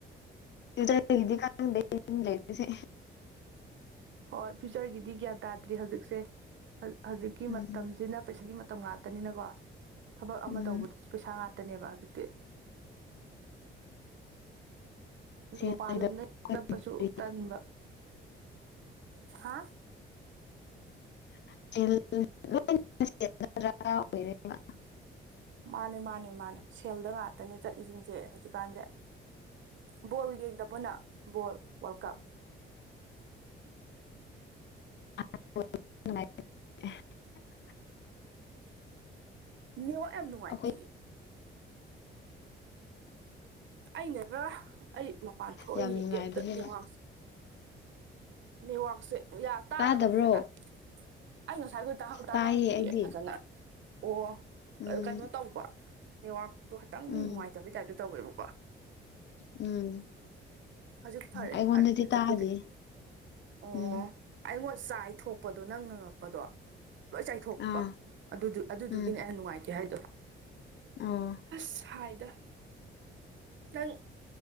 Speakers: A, on the left (about 65°); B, on the right (about 70°).
A: <unintelligible> ꯒꯤꯗꯤ ꯈꯪꯗꯦ ꯌꯨꯝ ꯂꯩꯕꯁꯤ
B: ꯍꯣꯏ ꯐ꯭ꯌꯨꯆꯔꯒꯤꯗꯤ ꯒ꯭ꯌꯥꯟ ꯇꯥꯗ꯭ꯔꯤ ꯍꯧꯖꯤꯛꯁꯦ ꯍꯧꯖꯤꯛꯀꯤ
A: ꯎꯝ
B: ꯃꯇꯝꯁꯤꯅ ꯄꯩꯁꯥꯒꯤ ꯃꯠ ꯇꯝ ꯉꯥꯛꯇꯅꯤꯅꯀꯣ ꯊꯕꯛ ꯑꯃ
A: ꯎꯝ
B: ꯇꯧꯕꯗꯁꯨ ꯄꯩꯁꯥ ꯉꯥꯇꯅꯦꯕ ꯍꯖꯤꯛꯇꯤ ꯑꯗꯨ
A: ꯁꯦꯜꯗ
B: ꯃꯄꯥꯟꯂꯣꯝꯗ
A: ꯑꯩꯈꯣꯏ
B: ꯆꯞꯄꯁꯨ ꯇꯟꯕ ꯍꯥ
A: <unintelligible>
B: ꯃꯥꯅꯦ ꯃꯥꯅꯦ ꯃꯥꯅꯦ ꯁꯦꯜꯗ ꯉꯥꯇꯅꯦ ꯆꯠꯂꯤꯖꯤꯡꯁꯦ ꯍꯧꯖꯤꯛ ꯀꯥꯟꯖꯦ ꯕꯣꯜ ꯌꯦꯡꯗꯕꯣ ꯅꯪ ꯕꯣꯜ ꯋꯥꯔꯜ ꯀꯞ
A: <unintelligible>
B: ꯅꯦꯋꯥꯛ ꯌꯥꯝ ꯅꯨꯉꯥꯏꯇꯤꯌꯦ
A: ꯑꯩꯈꯣꯏ
B: ꯑꯩꯅꯔ ꯑꯩ ꯃꯄꯥꯟ ꯊꯣꯛꯑ
A: ꯌꯥꯝ
B: ꯌꯦꯡꯒꯦ
A: ꯅꯨꯡꯉꯥꯏꯕꯅꯦꯕ
B: ꯑꯝꯇ ꯅꯦꯋꯥꯛꯁꯦ ꯅꯦꯋꯥꯁꯦ ꯌ ꯇꯥꯔꯕ
A: ꯇꯥꯗꯕ꯭ꯔꯣ
B: ꯐꯖꯅ ꯑꯩ ꯉꯁꯥꯏꯒꯣꯏ ꯇꯍꯧ ꯇꯥꯔꯝꯗꯤꯌꯦ
A: ꯇꯥꯏꯌꯦ ꯑꯩꯗꯤ
B: ꯐꯖꯅ ꯑꯣ
A: ꯎꯝ
B: ꯀꯩꯅꯣ ꯇꯧꯕ ꯅꯦꯋꯥꯛꯇꯣ ꯈꯇꯪ
A: ꯎꯝ
B: ꯅꯨꯉꯥꯏꯇꯕꯩ ꯇꯥꯏꯞꯇ ꯇꯧꯋꯦꯕꯣ
A: ꯎꯝ
B: ꯍꯖꯤꯛ ꯐꯔꯦ
A: ꯑꯩꯉꯣꯟꯗꯗꯤ
B: ꯐꯔꯦ ꯍꯖꯤꯛꯄꯨꯗꯤ
A: ꯇꯥꯗꯦ
B: ꯑꯣꯑꯣ
A: ꯎꯝ
B: ꯑꯩꯉꯣꯟ ꯆꯥꯏꯊꯣꯛꯄꯗꯣ ꯅꯪ ꯉꯪꯉꯛꯄꯗꯣ ꯂꯣꯏ ꯆꯥꯏꯊꯣꯛꯄ
A: ꯑꯥ
B: ꯑꯗꯨꯗꯨ ꯑꯗꯨꯗꯨꯒꯤꯅꯦ
A: ꯎꯝ
B: ꯑꯩꯅ ꯅꯨꯉꯥꯏꯇꯦ ꯍꯥꯏꯗꯣ
A: ꯑꯣ
B: ꯑꯁ ꯁꯥꯏꯗ ꯅꯪ